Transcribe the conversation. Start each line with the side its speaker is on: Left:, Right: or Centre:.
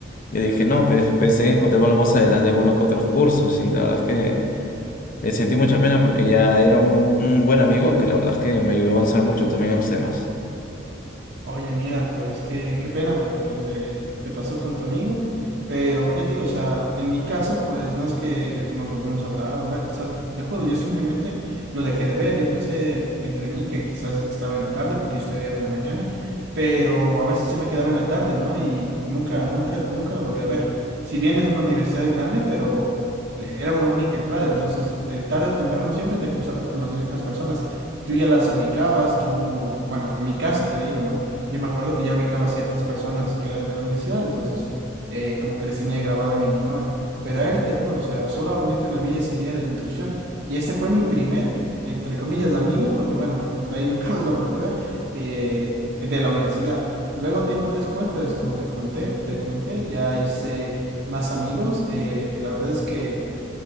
Left: yo dije, no, pues, pensé en encontrármelo más adelante en algunos que otros cursos y la verdad es que eh, sentí mucha pena porque ya era un, un buen amigo que la verdad es que me ayudó a avanzar mucho también en los temas.
Right: Oye, mira, pues qué, qué pena por lo que te, te pasó con tu amigo, pero ya te digo, o sea, en mi caso, pues no es que nos volvimos a hablar o ver, o sea, te juro, yo simplemente lo dejé de ver, yo pensé entre mí que quizás estaba en la tarde porque yo estudiaba en la mañana, pero a veces yo me quedaba en la tarde, ¿no? Y nunca, nunca, nunca lo volví a ver. Si bien es una universidad grande, pero le- era una única entrada, entonces eh, tarde o temprano siempre te cruzabas con las mismas personas, tú ya las ubicabas, tú, bueno, en mi caso te digo, ¿no? yo me acuerdo que ya ubicaba a ciertas personas que eran de la universidad, entonces eh, como que les tenía grabado en mi memoria. Pero a él, te juro, o sea, solamente lo vi ese día de la inducción. Y ese fue mi primer, entre comillas, amigo, porque bueno, de ahí nunca <laughs> más lo volví a ver, eh, de la universidad. Luego, tiempo después, pues como te comenté, te comenté, ya hice más amigos. eh, la verdad es que